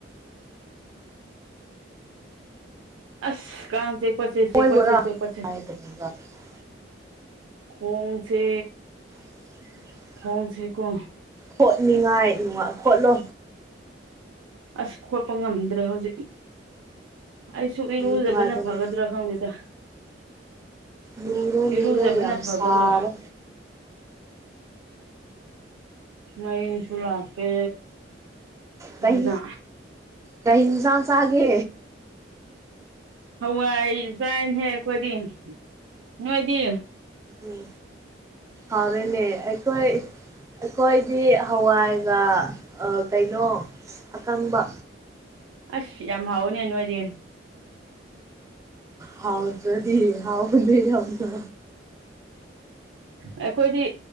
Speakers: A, on the right; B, on the right.
A: ꯑꯁ ꯀꯥꯡ ꯆꯤꯛꯄꯁꯤ ꯆꯤꯛꯄꯁꯤ
B: ꯃꯣꯏꯕꯨꯔꯥ
A: ꯆꯤꯛꯄꯁꯤ
B: <unintelligible>
A: ꯈꯣꯡꯁꯦ
B: <inaudible>
A: ꯈꯣꯡꯁꯤꯀꯣ
B: ꯍꯣꯠꯅꯤꯡꯉꯥꯏ ꯅꯨꯡꯉꯥꯏ ꯈꯣꯠꯂꯣ
A: ꯑꯁ ꯈꯣꯠꯄ ꯉꯝꯗ꯭ꯔꯦ ꯍꯧꯖꯤꯛ ꯑꯩꯁꯨ ꯏꯔꯨꯖꯕꯅ
B: ꯅꯨꯡꯉꯥꯏꯕꯅꯦ
A: ꯐꯒꯗ꯭ꯔꯥ ꯈꯪꯗꯦꯗ
B: ꯂꯨꯔꯣ ꯂꯨꯔꯣ
A: ꯏꯔꯨꯖꯕꯅ
B: ꯌꯥꯝ
A: ꯐꯒꯗ꯭ꯔꯥ
B: ꯁꯥꯔꯦ
A: ꯃꯩꯁꯨ ꯂꯥꯛꯇꯦ
B: ꯀꯩ
A: ꯑꯗꯨꯅ
B: ꯀꯩ ꯍꯤꯟꯖꯥꯡ ꯆꯥꯒꯦ
A: ꯍꯋꯥꯏ ꯆꯥꯏꯍꯦ ꯑꯩꯈꯣꯏꯗꯤ ꯅꯣꯏꯗꯤ
B: ꯎꯝ ꯍꯥꯎꯔꯦꯅꯦ ꯑꯩꯈꯣꯏ ꯑꯩꯈꯣꯏꯗꯤ ꯍꯋꯥꯏꯒ ꯀꯩꯅꯣ ꯑꯀꯪꯕ
A: ꯑꯁ ꯌꯥꯝ ꯍꯥꯎꯋꯏꯅꯦ ꯅꯣꯏꯗꯤ
B: ꯍꯥꯎꯇꯔꯥꯗꯤ ꯍꯥꯎꯕꯅꯦ ꯌꯥꯝꯅ
A: ꯑꯩꯈꯣꯏꯗꯤ